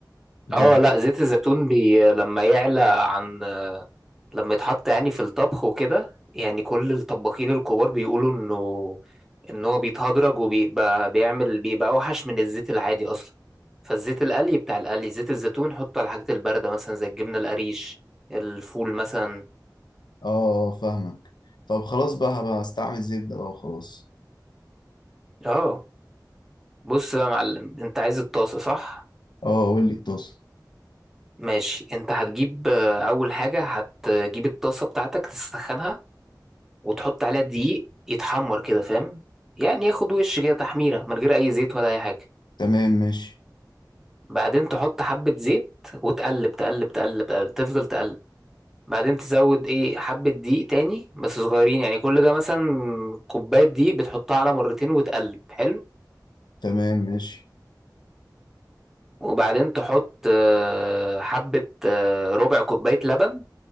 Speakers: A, on the left; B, in the centre.
A: انت
B: اه لا زيت الزيتون بي لما يعلى عن لما يتحط يعني في الطبخ وكده يعني كل الطباخين الكبار بيقولوا انه ان هو بيتهدرج وبيبقى بيعمل بيبقى اوحش من الزيت العادي اصلا فالزيت القلي بتاع القلي زيت الزيتون حطه على الحاجات البارده مثلا زي الجبنه القريش الفول مثلا
A: اه اه فاهمك طب خلاص بقى هبقى استعمل زبدة بقى وخلاص
B: اه بص بقى يا معلم انت عايز الطاسه صح
A: اه قول لي الطاسة
B: ماشي انت هتجيب آه، اول حاجه هتجيب الطاسه بتاعتك تسخنها وتحط عليها دقيق يتحمر كده فاهم يعني ياخد وش كده تحميره من غير اي زيت ولا اي حاجه
A: تمام ماشي
B: بعدين تحط حبة زيت وتقلب تقلب تقلب تقلب تفضل تقلب بعدين تزود ايه حبة دقيق تاني بس صغيرين يعني كل ده مثلا كوباية دقيق بتحطها على مرتين وتقلب حلو
A: تمام ماشي
B: وبعدين تحط آه، حبة آه، ربع كوباية لبن